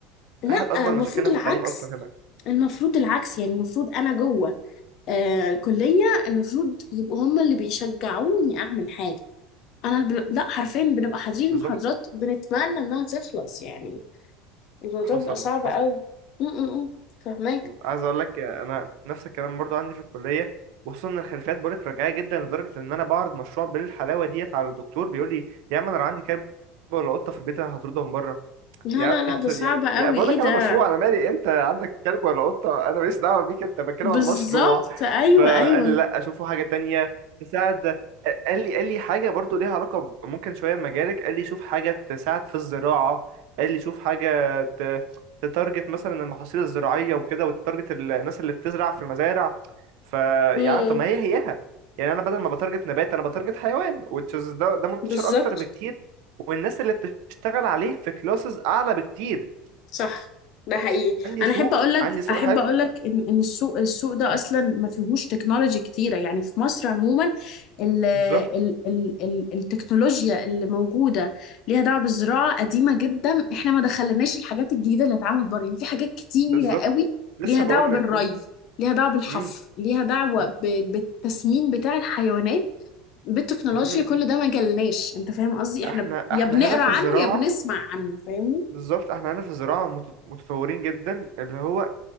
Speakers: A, on the left; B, on the right.
A: لا
B: احد اكبر
A: المفروض
B: مشاكلنا
A: العكس
B: في التعليم اصلا هنا
A: المفروض العكس يعني المفروض انا جوه آه كلية المفروض يبقوا هم اللي بيشجعوني أعمل حاجة أنا الب... لا حرفيا بنبقى حاضرين
B: بالظبط
A: المحاضرات بنتمنى إنها تخلص يعني الموضوع
B: حصل
A: بيبقى صعب
B: حصل
A: قوي م -م -م. فهماك
B: عايز اقول لك انا نفس الكلام برضو عندي في الكليه وخصوصا ان الخلفيات بقولك رجعيه جدا لدرجه ان انا بعرض مشروع بالحلاوه ديت على الدكتور بيقول لي يا عم انا لو عندي كلب ولا قطه في البيت انا هطردهم بره
A: لا
B: يا
A: لا لا ده
B: يا
A: صعب قوي
B: يا بقول
A: إيه
B: لك انا
A: ده
B: مشروع انا مالي انت عندك كلب ولا قطه انا ماليش دعوه بيك انت بتكلم
A: بالظبط
B: عن مشروع
A: أيوه
B: فقال
A: أيوه
B: لي لا اشوفه حاجه تانية تساعد قال لي قال لي حاجه برضو ليها علاقه ب- ممكن شويه بمجالك قال لي شوف حاجه تساعد في الزراعه قال لي شوف حاجه ت- تتارجت مثلا المحاصيل الزراعيه وكده وتارجت ال- الناس اللي بتزرع في المزارع فيعني
A: امم
B: طب ما هي هيها يعني انا بدل ما بتارجت نبات انا بتارجت حيوان وتشز ده ده منتشر
A: بالظبط
B: اكتر بكتير والناس اللي بتشتغل عليه في كلاسز اعلى بكتير
A: صح ده حقيقي
B: عندي
A: انا
B: سوق
A: احب اقول لك
B: عندي سوق
A: احب
B: حلو
A: اقول لك ان ان السوق السوق ده
B: مم.
A: اصلا ما فيهوش تكنولوجي كتيره يعني في مصر عموما ال ال
B: بالظبط
A: ال ال التكنولوجيا اللي موجوده ليها دعوه بالزراعه قديمه جدا احنا ما دخلناش الحاجات الجديده اللي اتعملت بره يعني في حاجات كتيره
B: بالظبط
A: قوي
B: لسه
A: ليها
B: بقول
A: دعوه بالري
B: لك مم.
A: ليها دعوه بالحفر
B: مم.
A: ليها دعوه
B: مم.
A: ب- بالتسمين بتاع الحيوانات بالتكنولوجيا
B: مهم. مهم.
A: كل ده ما جالناش انت فاهم قصدي احنا
B: احنا
A: يا
B: احنا
A: بنقرا
B: هنا في
A: عنه
B: الزراعه
A: يا بنسمع عنه فاهمني
B: بالظبط احنا هنا في الزراعه مت- متطورين جدا اللي هو